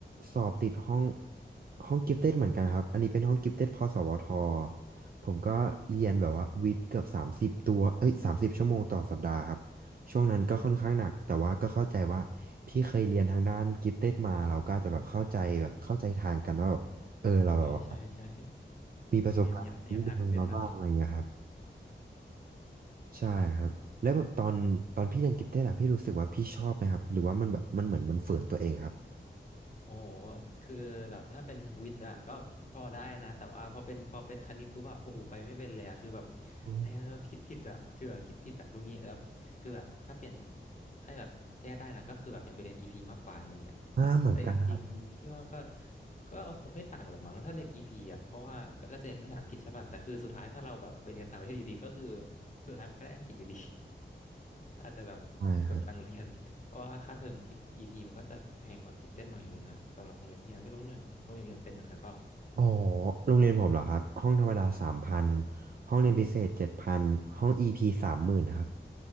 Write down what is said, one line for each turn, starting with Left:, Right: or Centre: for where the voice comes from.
Right: สอบติดห้องห้องกิฟเต็ดเหมือนกันครับอันนี้เป็นห้องกิฟเต็ดพสวทผมก็เรียนแบบว่าวิทย์เกือบสามสิบตัวเอ้ยสามสิบชั่วโมงต่อสัปดาห์ครับช่วงนั้นก็ค่อนข้างหนักแต่ว่าก็เข้าใจว่าพี่เคยเรียนทางด้านกิฟเต็ดมาเราก็อาจจะแบบเข้าใจแบบเข้าใจทางกันว่าแบบเออเราแบบว่า
Left: ๆใช่ใช่ใช่
Right: มีประสบการณ์มีเรื่องมาบ้างอะไรอย่างเงี้ยครับ
Left: เรียนยะเรียนหนักเรียนหนัก
Right: ใช่ครับแล้วแบบตอนตอนพี่เรียนกิฟเต็ดอะพี่รู้สึกว่าพี่ชอบไหมครับหรือว่ามันแบบมันเหมือนมันฝืนตัวเองครับ
Left: โอ้โหคือแบบถ้าเป็นวิทย์อะก็พอได้นะแต่ว่าพอเป็นพอเป็นคณิตปุ๊บอะโอ้โหไปไม่เป็นเลยอะคือแบบ
Right: อม
Left: เออคิดผิดอะคือแบบคิดผิดอะรู้งี้แบบคือแบบถ้าเปลี่ยนถ้าแบบแก้ได้นะก็คือแบบอยากไปเรียนอีพีมากกว่าอย่างเงี้ย
Right: อ่าเหมือนกัน
Left: แต่จริงๆพี่ว่าก็ก็คงไม่ต่างหรอกมั้งถ้าเรียน EP อ่ะเพราะว่าก็ก็จะเรียนภาษาอังกฤษใช่ป่ะแต่คือสุดท้ายถ้าเราแบบไปเรียนต่างประเทศอยู่ดีก็คือสุดท้ายมันก็ได้อังกฤษอยู่ดี ก็อาจจะแบบเปลืองตังค์เรียน
Right: ใช่ครับ
Left: <laughs> เพราะว่าค่าเทอมกิฟต์ EP มันก็จะแพงกว่ากิฟเต็ดหน่อยนึงอะสำหรับโรงเรียนพี่นะไม่รู้โรงเรียนโรงเรียนอื่นเป็นเหมือนกันเปล่า
Right: อ๋อโรงเรียนผมเหรอครับห้องธรรมดาสามพันห้องเรียนพิเศษเจ็ดพันห้องอีพีสามหมื่นครับ